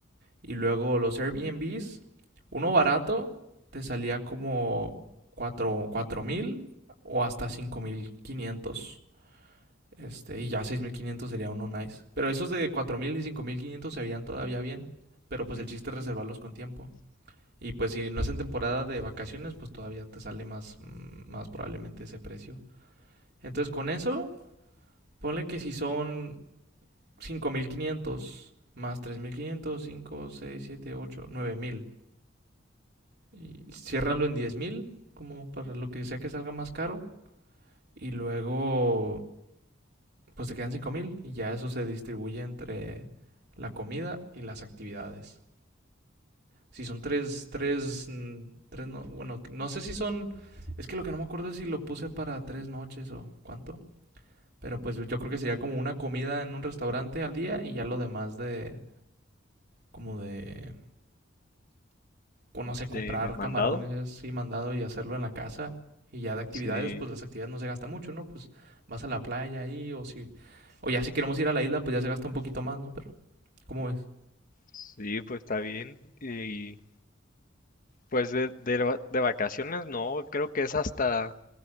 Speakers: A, on the right (about 55°); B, on the left (about 45°).
A: Y luego los Airbnbs, uno barato te salía como 4, 4.000 o hasta 5.500. Este, y ya 6.500 sería uno nice. Pero esos de 4.000 y 5.500 se veían todavía bien. Pero pues
B: Ujú.
A: el chiste es reservarlos con tiempo. Y pues si no es en temporada de vacaciones, pues todavía te sale más, mm, más probablemente ese precio. Entonces con eso Ponle que si son 5.500 más tres mil quinientos cinco seis siete ocho nueve mil Y ciérralo en 10.000 como para lo que sea que salga más caro. Y luego, pues te quedan 5.000 y ya eso se distribuye entre la comida y las actividades. Si son tres, tres, mm, tres, no, bueno, no sé si son, es que lo que no me acuerdo es si lo puse para tres noches o cuánto. Pero pues yo creo que sería como una comida en un restaurante al día y ya lo demás de, como de, pues, no sé, comprar
B: ¿De mandado?
A: camarones y mandado y hacerlo en la casa. Y ya de actividades,
B: Sí,
A: pues las actividades no se gasta mucho, ¿no? Pues vas a la playa ahí o si... O ya si queremos ir a la isla, pues ya se gasta un poquito más, ¿no? Pero, ¿cómo ves?
B: sí, pues está bien. Y pues de, de va- de vacaciones no, creo que es hasta